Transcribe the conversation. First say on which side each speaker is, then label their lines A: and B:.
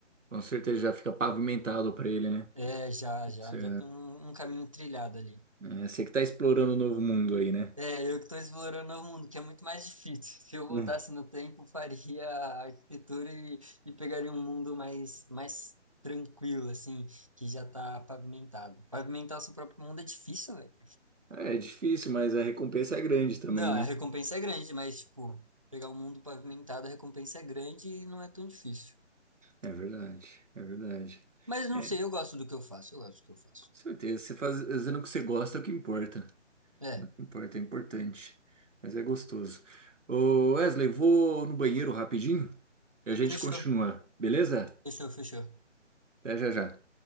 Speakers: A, on the right; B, on the right.
A: Com certeza já fica pavimentado pra ele, né?
B: É, já já
A: Você, é,
B: já tem um, um caminho trilhado ali.
A: você que tá explorando o novo mundo aí, né?
B: É, eu que estou explorando o mundo, que é muito mais difícil. Se eu
A: Né.
B: voltasse no tempo, faria a arquitetura e, e pegaria um mundo mais, mais tranquilo, assim, que já está pavimentado. Pavimentar o seu próprio mundo é difícil, velho.
A: É, é difícil, mas a recompensa é grande também,
B: Não,
A: né?
B: a recompensa é grande, mas, tipo, pegar um mundo pavimentado, a recompensa é grande e não é tão difícil.
A: É verdade, é verdade.
B: Mas não
A: É,
B: sei, eu gosto do que eu faço, eu gosto do que eu faço.
A: com certeza. Você faz- fazendo o que você gosta é o que importa.
B: É,
A: Importa, é importante, mas é gostoso. Ô Wesley, vou no banheiro rapidinho e a gente
B: fechou,
A: continua, beleza?
B: fechou, fechou.
A: Até já já.